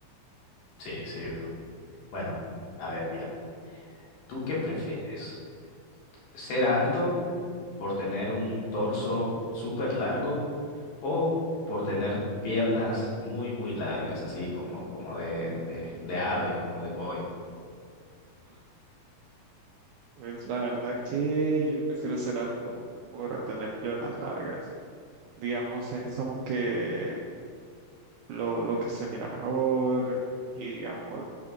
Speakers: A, on the left; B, on the right.
A: Sí, sí, bro. Bueno, a ver, mira, ¿tú qué prefieres? ¿Ser alto? por tener un torso súper largo o por tener piernas muy, muy largas, así como, como de, de, de ave, como de pollo.
B: Mm. Pues la verdad que yo prefiero ser alto por tener piernas largas. Digamos, es como que lo, lo que se mira mejor y digamos,